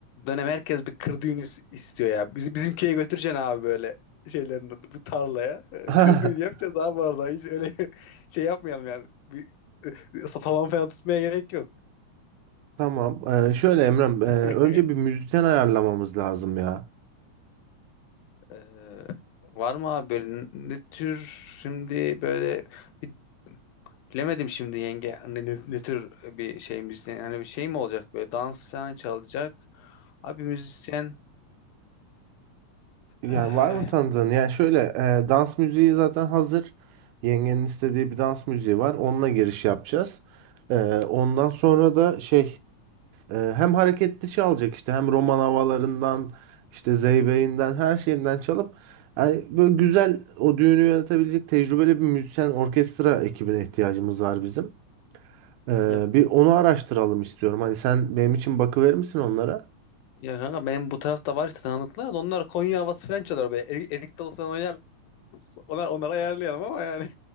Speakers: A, on the left; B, on the right.
A: dönem herkes bir kır düğünü is- istiyor ya. Biz, bizim köye götüreceksin abi böyle şeylerin adı, bir tarlaya. Ee,
B: <laughs>
A: Kır düğünü yapacağız abi orada. Hiç öyle <laughs> şey yapmayalım yani. Bir, <laughs> e, salon falan tutmaya gerek yok.
B: tamam. Ee, şöyle Emrem, e,
A: <laughs>
B: önce bir müzisyen ayarlamamız lazım ya.
A: Ee, var mı abi böyle n- ne tür şimdi böyle bir- bilemedim şimdi yenge ne, ne, ne tür bir şey müzisyen yani bir şey mi olacak böyle dans falan çalacak abi müzisyen
B: Yani
A: ee,
B: var mı tanıdığın? Yani şöyle e, dans müziği zaten hazır. Yengenin istediği bir dans müziği var. Onunla giriş yapacağız. Ee, ondan sonra da şey Ee, hem hareket dışı alacak işte hem roman havalarından işte zeybeğinden her şeyinden çalıp yani böyle güzel o düğünü yönetebilecek tecrübeli bir müzisyen orkestra ekibine ihtiyacımız var bizim. Ee,
A: ya,
B: bir onu araştıralım istiyorum. Hani sen benim için bakıverir misin onlara?
A: Ya kanka benim bu tarafta var işte tanıdıklar da onlar Konya havası falan çalıyor böyle. Erik, erik dalı falan oynarız. Onlar, onları ayarlayalım ama yani